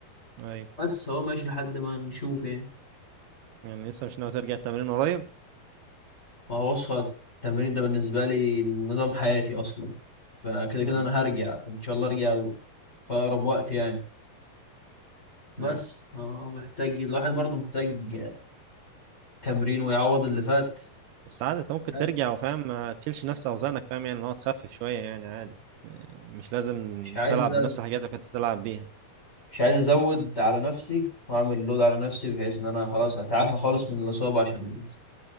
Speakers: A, on the right; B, on the left.
A: اي
B: بس هو ماشي لحد ما نشوف يعني
A: يعني لسه مش ناوي ترجع التمرين قريب
B: ما هو بص التمرين ده بالنسبة لي نظام حياتي أصلا فكده كده
A: اكيد
B: أنا هرجع إن شاء الله أرجع في أقرب وقت يعني بس
A: اي
B: آه، محتاج الواحد برضه محتاج تمرين ويعوض اللي فات
A: بس عادي انت ممكن
B: يعني
A: ترجع وفاهم ما تشيلش نفس اوزانك فاهم يعني ان هو تخفف شوية يعني عادي إيه، مش لازم
B: مش عايز
A: تلعب
B: أز-
A: بنفس الحاجات اللي كنت تلعب بيها
B: مش عايز أزود على نفسي وأعمل لود على نفسي بحيث إن أنا خلاص أتعافى خالص من الإصابة عشان